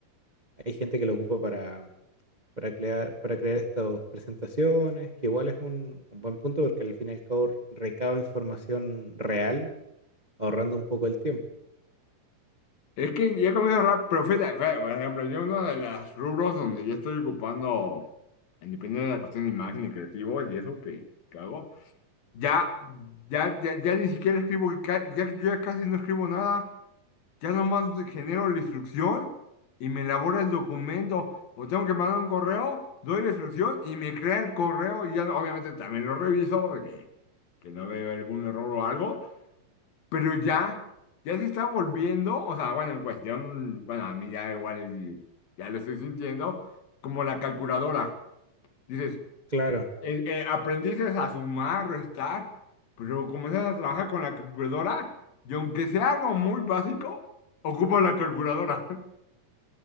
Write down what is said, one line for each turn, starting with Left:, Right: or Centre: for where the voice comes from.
Right: hay gente que lo ocupa para, para crear, para crear estas presentaciones, que igual es un, un buen punto porque al fin y al cabo recaba información real ahorrando un poco el tiempo.
Left: Es que ya comienzo a ahorrar, pero fíjate, fíjate, por ejemplo, yo uno de los rubros donde yo estoy ocupando, independientemente de la cuestión de imagen y creativos y eso que, que hago, ya, ya, ya, ya ni siquiera escribo, ca- ya, yo ya casi no escribo nada, ya nomás genero la instrucción y me elabora el documento, o tengo que mandar un correo, doy la instrucción y me crea el correo y ya obviamente también lo reviso de que, que no veo algún error o algo pero ya, ya se está volviendo, o sea, bueno, en cuestión, bueno, a mí ya igual, ya lo estoy sintiendo, como la calculadora. Dices,
Right: Claro,
Left: eh, eh, aprendiste a sumar, restar, pero comienzas a trabajar con la calculadora y aunque sea algo muy básico, ocupa la calculadora. <laughs>